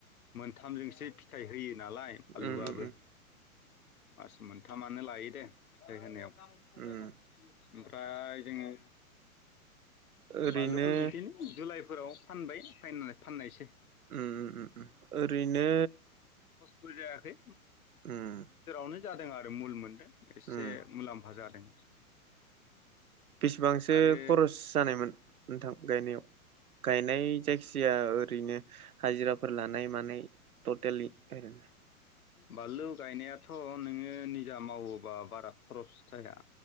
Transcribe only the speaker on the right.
उम
उम उम
उम
ओरैनो
उम उम उम ओरैनो
उम।
उम
सिबांसो
खर'स जानायमोन नोंथां गायनायाव? गायनाय जायखि जाया ओरैनो हाजिराफोर लानाय मा नाय ट'टेलि <unintelligible>